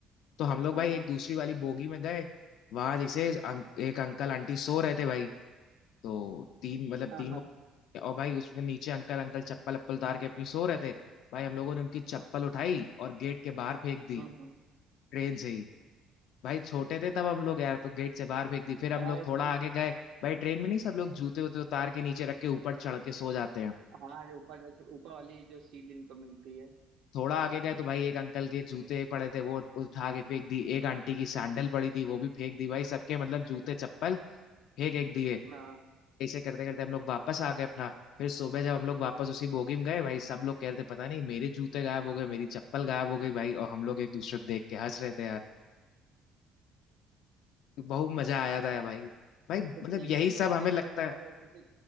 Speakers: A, on the left; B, on the right.
A: तो हम लोग
B: हाँ
A: भाई
B: हाँ
A: एक दूसरी वाली बोगी में गए वहां जैसे अंक, एक अंकल आंटी सो रहे थे भाई तो तीन मतलब
B: हाँ
A: तीन वो और भाई उसके नीचे अंकल अंकल चप्पल अप्पल उतार के अपनी सो रहे थे भाई हम लोगों ने उनकी चप्पल उठाई और गेट के बाहर फेंक दी
B: हम्म।
A: ट्रेन से ही भाई छोटे थे तब हम लोग यार तो गेट से बाहर फेंक दी फिर हम
B: हाँ
A: लोग
B: इतनी
A: थोड़ा आगे गए भाई ट्रेन में नहीं सब लोग जूते उते उतार के नीचे रख के ऊपर चढ़ के सो जाते हैं
B: हाँ जो ऊपर जाके- ऊपर वाली जो सीट जिनको मिलती है
A: थोड़ा आगे गए तो भाई एक अंकल के जूते पड़े थे वो उठा के फेंक दी एक आंटी की सैंडल पड़ी थी वो भी फेंक दी भाई सबके मतलब जूते चप्पल फेंक एक दिए
B: हाँ
A: ऐसे करते करते हम लोग वापस आ गए अपना फिर सुबह जब हम लोग वापस उसी बोगी में गए भाई सब लोग कह रहे थे पता नहीं मेरे जूते गायब हो गए मेरी चप्पल गायब हो गई भाई और हम लोग एक दूसरे को देख के हंस रहे थे यार बहुत मजा आया था यार भाई भाई मतलब
B: तो टीचर
A: यही
B: टीचर
A: सब
B: को
A: हमें
B: नहीं
A: लगता
B: पता चला
A: है
B: कि किसी